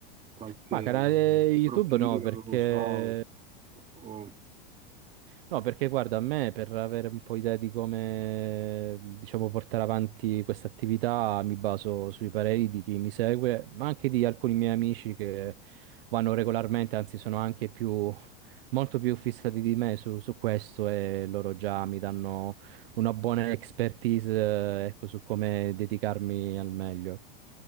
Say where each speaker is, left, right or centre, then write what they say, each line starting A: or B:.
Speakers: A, on the right; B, on the right.
A: qualche
B: Ma canale YouTube
A: profilo,
B: no, perché
A: non lo so. o- o-
B: No, perché guarda, a me per avere un po' idea di come, diciamo, portare avanti questa attività mi baso sui pareri di chi mi segue, ma anche di alcuni miei amici che vanno regolarmente, anzi sono anche più, <laughs> molto più fissati di me su, su questo e loro già mi danno una buona expertise, eh, ecco, su come dedicarmi al meglio.